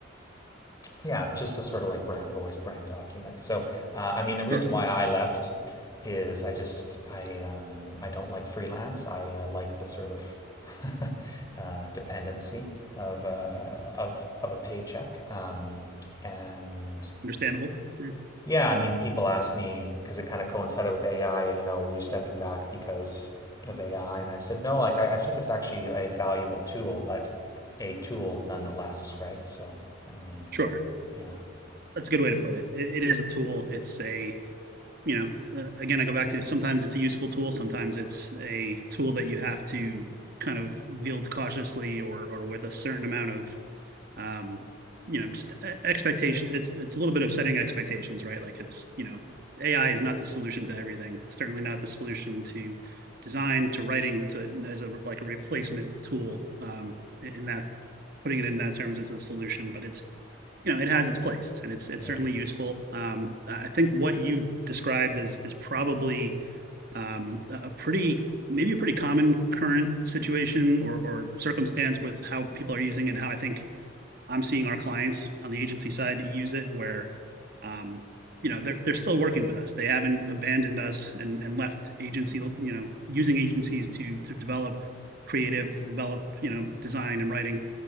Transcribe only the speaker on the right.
Sure.
Understandable. Yeah.
Sure.
that's a good way to put it. it. It is a tool. It's a you know uh, again I go back to sometimes it's a useful tool, sometimes it's a tool that you have to kind of wield cautiously or or with a certain amount of um you know just e-, expectation. It's it's a little bit of setting expectations, right? Like it's you know AI is not the solution to everything. It's certainly not the solution to design to writing to as a like a replacement tool um in that putting it in that terms as a solution but it's you know it has its place and it's it's
certainly useful um i think what you described is is probably um a pretty maybe a pretty common current situation or or circumstance with how people are using it and how i think i'm seeing our clients on the agency side use it where um you know they're they're still working with us they haven't abandoned us and and left agency you know using agencies to to develop creative to develop you know design and writing